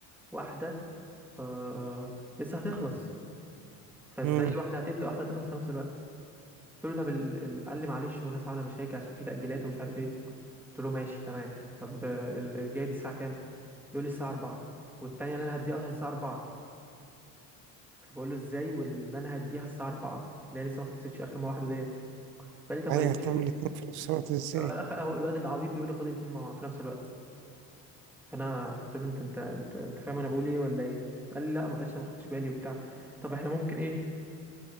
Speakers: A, in the centre; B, on the right (about 80°).
A: واحدة آه لسه هتخلص فازاي
B: امم
A: واحدة هتبدأ واحدة هتخلص في نفس الوقت قلت له طب ال... ال... قال لي معلش والناس عاملة مشاكل عشان في تأجيلات ومش عارف ايه قلت له ماشي تمام طب آه، ال- الجاية دي الساعة كام بيقول لي الساعة 4 والتانية اللي انا هديها اصلا الساعة 4 فبقول له ازاي واللي انا هديها الساعه 4 اللي هي لسه ما خلصتش اخر ما واحده ديت فقال لي طب
B: ايوه
A: ما نتشير
B: هتعمل اتنين في نفس الوقت ازاي
A: آه، الاخ هو الواد العبيط بيقول لي خد الاثنين مع في نفس الوقت فانا قلت له انت انت انت انت فاهم انا بقول ايه ولا ايه قال لي لا معلش انا ما خدتش بالي وبتاع طب احنا ممكن ايه